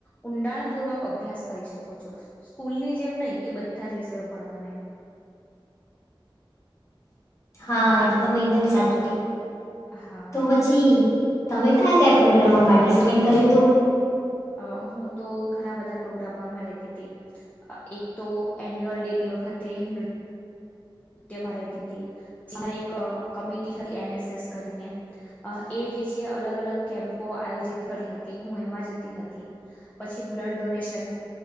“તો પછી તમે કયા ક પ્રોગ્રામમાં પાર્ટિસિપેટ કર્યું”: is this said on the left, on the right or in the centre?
Left